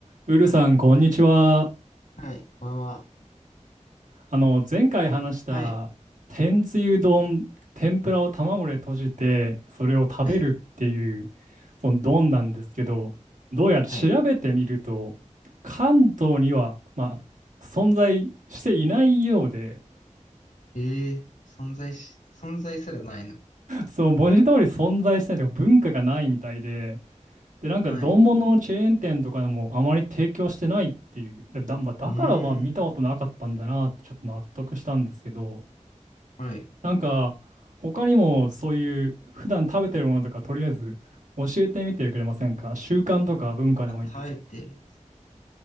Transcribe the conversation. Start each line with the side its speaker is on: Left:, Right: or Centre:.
Right: ウルさん、こんにちは。
Left: はい、こんばんは。
Right: あの、前回話した、
Left: はい、
Right: 天つゆ丼、天ぷらを卵で閉じて、それを食べるっていう、
Left: はい、
Right: その丼なんですけど、どうやら調べてみると、
Left: はい。
Right: 関東には、まあ、存在していないようで、
Left: ええ存在し、存在すらないのか。
Right: そう、文字通り存在してないというか、文化がないみたいで、で、なんか、
Left: はい。
Right: 丼物のチェーン店とかでも、あまり提供してないっていう、だ、だまあだから、
Left: うーん、
Right: まあ、見たことなかったんだなって、ちょっと納得したんですけど、
Left: はい。
Right: なんか、他にもそういう普段食べてるものとか、とりあえず教えてみてくれませんか習慣とか文化でもいいんですけど。
Left: あ耐えてる。